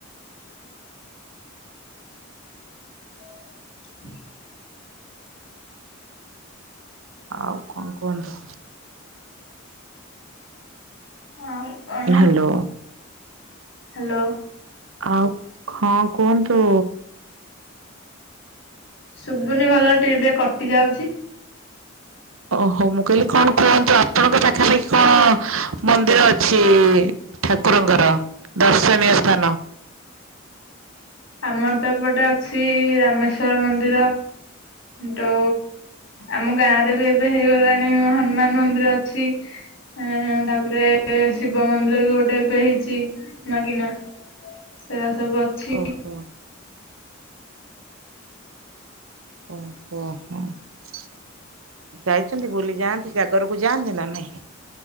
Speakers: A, on the left; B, on the right.
A: <inaudible>
B: ଆଉ କଣ କୁହନ୍ତୁ?
A: ଆଉ କଣ
B: ହାଲୋ।
A: ହ୍ୟାଲୋ।
B: ଆଉ ହଁ କୁହନ୍ତୁ।
A: ଶୁଭୁନି ଭଲରେ ଟିକେ ଟିକେ କଟି ଯାଉଛି।
B: ଓହୋ ମୁଁ କହିଲି କଣ କୁହନ୍ତୁ, ଆପଣଙ୍କ ପାଖାପାଖି କଣ ମନ୍ଦିର ଅଛି? ଠାକୁରଙ୍କର ଦର୍ଶନୀୟ ସ୍ଥାନ।
A: ଆମର ତ ଏପଟେ ଅଛି ରାମେଶ୍ଵର ମନ୍ଦିର। ତ ଆମ ଗାଁ ରେ ବି ଏବେ ହେଇଗଲାଣି ହନୁମାନ ମନ୍ଦିର ଅଛି। ହୁଁ ତାପରେ ଶିବ ମନ୍ଦିର ବି ଗୋଟେ ଏବେ ହେଇଛି ନୂଆ କିନା। ସେଇରା ସବୁ ଅଛି।
B: ଓହୋ ଓ ହୋ ହଁ। ଯାଇଛନ୍ତି ବୁଲି ଯାଆନ୍ତି ଜାଗରକୁ ଯାଆନ୍ତି ନା ନାଇଁ?